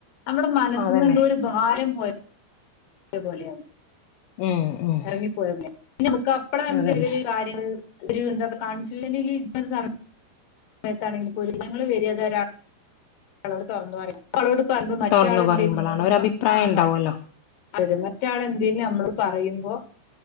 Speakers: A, on the left (about 65°); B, on the left (about 80°).
A: നമ്മുടെ മനസ്സിന്ന്
B: അതന്നെ
A: എന്തോ ഒരു ഭാരം പോയ പോവല്ലേ
B: ഉം ഉം
A: എറങ്ങിപ്പോയ പിന്നനമ്മക്ക് അപ്പളാ നമുക്ക്
B: അതന്നെ
A: ഒര്‌രു കാര്യങ്ങൾ ഒരു എന്താ കൺഫ്യുല്ലലിരിക്ക സാനം സമയത്താണെങ്കിലി പൊരി ഇരങ്ങള്ൾ വരിയാതൊരാള് അവളോട് തൊറന്നു പറ അവളോട് പറയുമ്പോ മറ്റാളെന്തേ
B: തുറന്ന് പറയുമ്പോളാണ്
A: നമ്മോട്പ്പ
B: ഒരഭിപ്രായം
A: ആഹ്
B: ഉണ്ടാവുമല്ലോ
A: അ മറ്റാൾ എന്തേം നമ്മള് പറയുമ്പോ